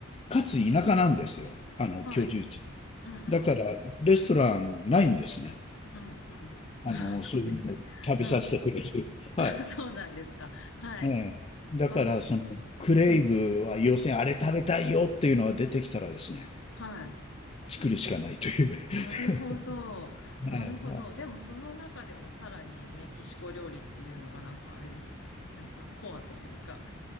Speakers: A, on the left; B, on the left.
A: かつ田舎なんですよ、あの居住地。
B: はい。うんうん。
A: だからレストランないんですね。
B: うんうん。<laughs>
A: あの、
B: ああ、そうですかね。
A: そういうのを食べさせてくれる。
B: うん。
A: <laughs> はい。
B: あ、そうなんですか。はい。
A: ええ。だからそのクレイブは要するにあれ食べたいよっていうのが出てきたらですね、
B: あ、うん。はい。
A: 作るしかないという。<laughs>
B: なるほど。なるほど。
A: はいはい。
B: でも、その中でもさらにメキシコ料理っていうのがなんかあれですね。なんかコアというか。